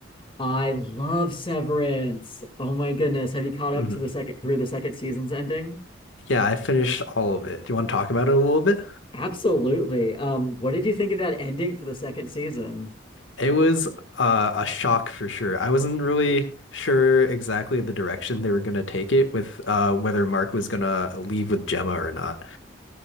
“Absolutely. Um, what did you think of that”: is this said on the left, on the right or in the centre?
Left